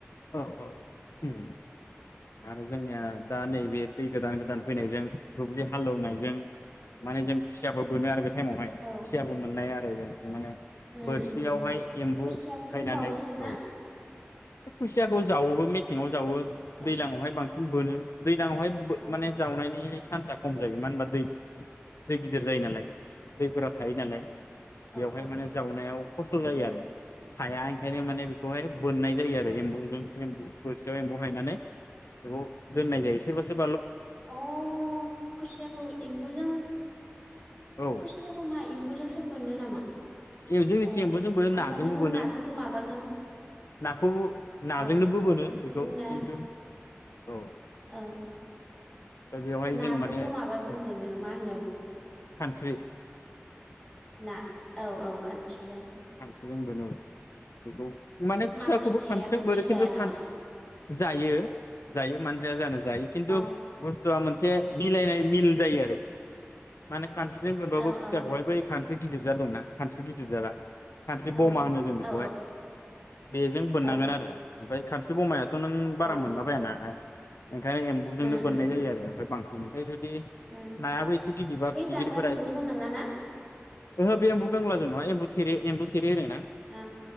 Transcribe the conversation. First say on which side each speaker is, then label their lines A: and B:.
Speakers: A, on the left; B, on the left.
A: औ औ उम उम। आरो जोंनिया दा नैबे दै गोदान गोदान फैनायजों दुब्लि हालेवनायजों माने जों खुसियाखौ बोनो आरो बे टाइमावहाय खुसियाबो
B: औ
A: मोननाया <unintelligible> माने।
B: उम
A: बोरसियावहाय
B: उम
A: एम्बु
B: खुसियाखौथ'
A: सायनानै
B: जावोसोना।
A: औ खुसियाखौ जावोबो मेसेङाव जावो।
B: औ
A: दैलाङाव हाय बांसिन बोनो। दैलाङाव हाय बो
B: औ
A: माने जावनायनिस सान्सा खम जायो मानो होनबा दै दै गिदिर जायो नालाय दैफोरा थायो नालाय।
B: औ
A: बेवहाय
B: औ
A: माने जावनायाव खस्थ'
B: उम
A: जायो आरो हाया ओंखायनो माने बेखौहाय बोननाय
B: औ
A: आरो एम्बुजों एम्बु बोरसियाव एम्फौ हायनानै बेखौ दोननाय जायो सोरबा सोर
B: अ खुसियाखौ एम्बुजों
A: औ
B: खुसियाखौ मा एम्बुजोंसो बोनो नामा?
A: एव जोंनिथि
B: अ
A: एम्बुजों बोनो नाजोंबो
B: आं सानदों
A: बोनो।
B: नाखौथ' माबाजों
A: नाखौबो।
B: औ
A: नाजोंनो बोबोनो बेखौ
B: जोंना
A: खिन्थु औ
B: औ
A: दा बेवहाय
B: नाखौथ'
A: जों माने
B: माबाजों
A: औ
B: बोनो मा होनो?
A: खानस्रि।
B: ना औ औ। खानस्रिजों
A: स्रिजों बेनो औ बेखौ माने खुसियाखौबो
B: माखुसिया
A: खानस्रिजों
B: खानस्रि
A: बोनो
B: जाया
A: खिन्थु
B: नामा
A: सानस्रि जायो जायो मानोजाया जानो जायो खिन्थु
B: औ
A: बुस्थुआ मोनसे मिलायनाय मिल जायो आरो माने खानस्रिजों बोनबाबो
B: औ
A: खुसियाखौहाय
B: औ
A: बै खानस्रि थै गिदिर जाद दंना खानस बै गिदिर जादा खानस्रि
B: औ
A: बमा होनो जों बेखौहाय
B: औ
A: बेजों बोननांगोन
B: औ
A: आरो ओमफ्राय खानस्रि बमाया थ' नों
B: औ
A: बारा मोनलाबायानालाय ओंखायनो एम्बुजोंनो
B: उम
A: बोननाय
B: उम
A: जायो आरो ओमफ्राय बांसिन फाय जुदि
B: उम
A: नायाबो एसे गिदिबा
B: बै
A: फिथिगिरिफोरा
B: जाग्रा एम्बुजों
A: एसे
B: नङाना
A: ओहो बे एम्बु बंग्लाजों नङा बाय एम्बु थेरे एम्बु थेर थे होनो ना
B: औ